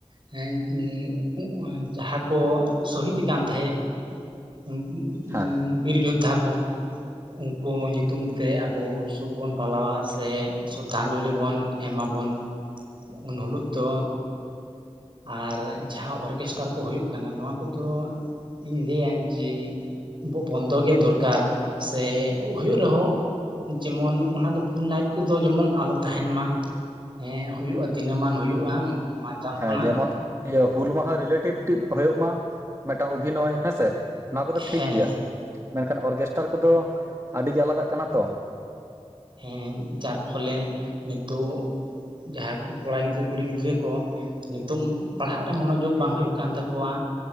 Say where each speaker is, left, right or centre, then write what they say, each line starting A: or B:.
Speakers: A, on the right; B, on the right.
A: ᱦᱮᱸ ᱡᱟᱦᱟᱸ ᱠᱚ ᱥᱚᱦᱤᱫ ᱠᱟᱱ ᱛᱟᱦᱮᱸᱫᱼᱼ ᱩᱱ ᱠᱩ
B: ᱦᱮᱸ
A: ᱵᱤᱨ ᱡᱳᱫᱽᱫᱷᱟ ᱠᱚ᱾ ᱩᱱᱠᱩ ᱧᱩᱛᱩᱢ ᱛᱮ ᱟᱵᱚ ᱥᱩᱠ ᱵᱚᱱ ᱯᱟᱞᱟᱣᱟ ᱥᱮ ᱼᱼ ᱛᱷᱟᱱ ᱡᱚᱞᱤ ᱵᱚᱱ ᱮᱢᱟ ᱵᱚᱱ ᱩᱱ ᱦᱤᱞᱳᱜ ᱫᱚᱼᱼ ᱟᱨ ᱡᱟᱦᱟ ᱚᱨᱜᱮᱥᱴᱟᱨ ᱠᱚ ᱦᱩᱭᱩᱜ ᱠᱟᱱᱟ ᱱᱚᱣᱟ ᱠᱚᱫᱚᱼᱼ ᱤᱧ ᱞᱮᱭᱟ ᱡᱮ ᱵᱚᱱᱫᱚ ᱜᱮ ᱫᱚᱨᱠᱟᱨ ᱥᱮ ᱦᱩᱭᱩᱜ ᱨᱮᱦᱚᱸ ᱡᱮᱢᱚᱱᱼᱼ ᱚᱱᱟ ᱫᱚ ᱯᱷᱩᱞ ᱱᱟᱭᱤᱴ ᱠᱚᱫᱚ ᱡᱮᱢᱚᱱ ᱟᱞᱚ ᱛᱟᱦᱮᱱ ᱢᱟ ᱦᱮᱼᱼ ᱦᱩᱭᱩᱜᱼᱟ ᱫᱤᱱᱟᱹᱢᱟᱱ ᱦᱩᱭᱩᱜᱼᱟ ᱢᱟᱸᱡᱟᱱ
B: ᱦᱮᱸ
A: ᱠᱷᱚᱱᱟᱜᱼᱼ
B: ᱡᱮᱢᱚᱱ ᱤᱭᱟᱹ ᱦᱩᱞ ᱢᱟᱦᱟ ᱨᱤᱞᱮᱴᱤᱵ ᱦᱳᱭᱳᱜ ᱢᱟ ᱢᱤᱫᱴᱟᱝ ᱚᱵᱷᱤᱱᱚᱭ ᱦᱮᱸᱥᱮ? ᱱᱚᱣᱟ ᱠᱚᱫᱚ ᱴᱷᱤᱠ
A: ᱦᱮᱸ
B: ᱜᱮᱭᱟ ᱢᱮᱱᱠᱷᱟᱱ ᱚᱨᱜᱮᱥᱴᱟᱨ ᱠᱚᱫᱚ ᱟᱹᱰᱤ ᱜᱮ ᱟᱞᱟᱫᱟᱜ ᱠᱟᱱᱟ ᱛᱚ ᱾
A: ᱦᱮᱸ ᱡᱟᱨ ᱯᱷᱚᱞᱮ ᱱᱤᱛᱚᱜ ᱡᱟᱦᱟᱸ ᱠᱚᱲᱟ ᱜᱤᱫᱽᱨᱟᱹ ᱠᱩᱲᱤ ᱜᱤᱫᱽᱨᱟᱹ ᱠᱚᱼᱼ ᱱᱤᱛᱚᱜ ᱯᱟᱲᱦᱟᱜ ᱨᱮ ᱢᱚᱱᱚᱡᱳᱜᱽ ᱵᱟᱝ ᱦᱩᱭᱩᱜ ᱠᱟᱱ ᱛᱟᱠᱚᱣᱟ᱾